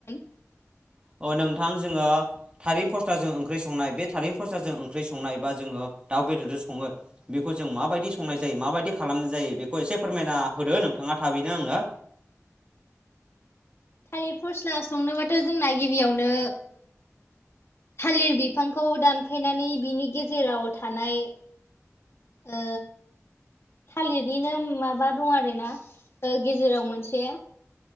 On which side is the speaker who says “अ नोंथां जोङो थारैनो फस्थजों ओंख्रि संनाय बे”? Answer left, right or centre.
Right